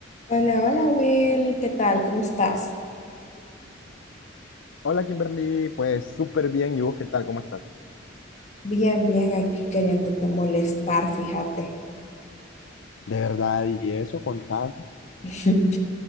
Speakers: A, on the left; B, on the left.
A: Hola, hola Will, ¿qué tal? ¿Cómo estás?
B: Hola Kimberly, pues súper bien. ¿Y vos qué tal? ¿Cómo estás?
A: Bien, bien, aquí queriéndote molestar, fíjate.
B: De verdad, y eso, contame.
A: <laughs>